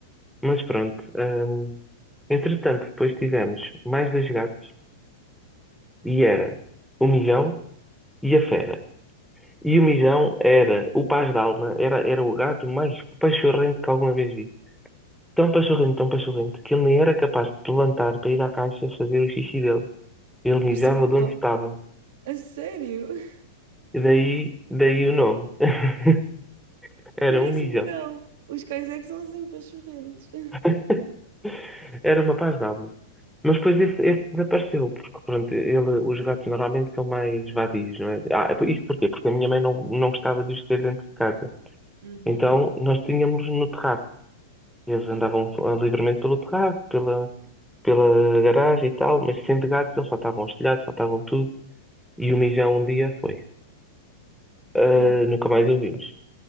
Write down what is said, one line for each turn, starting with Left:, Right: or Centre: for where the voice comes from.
Centre: Mas pronto. hum, entretanto, depois tivemos mais dois gatos e era o Milhão e a Fera. E o Mijão era, o Paz d'Alma, era, era o gato mais pachorrento que alguma vez vi. Tão pachorrento, tão pachorrento, que ele nem era capaz de levantar para ir à caixa fazer o xixi dele. Ele mijava
Right: Parecia um cão.
Centre: de onde estava.
Right: A sério? <laughs>
Centre: E daí, daí o nome. <laughs> Era
Right: Parece
Centre: um Mijão.
Right: um cão. Os cães é que são assim pachorrentos.
Centre: <laughs> Era uma Paz d'Alma. Mas depois
Right: Oh,
Centre: esse, esse desapareceu, porque pronto, ele, os gatos normalmente são mais vadios, não é? Ah, isto porquê? Porque a minha mãe não, não gostava de os ter dentro de casa.
Right: uhum,
Centre: Então nós tínhamos no terraço. E Eles
Right: ok.
Centre: andavam ah, livremente pelo terraço, pela, pela garagem e tal, mas sendo gatos eles saltavam os telhados, saltavam tudo. E o Mijão um dia foi. Ah,
Right: Oh,
Centre: nunca mais o vimos.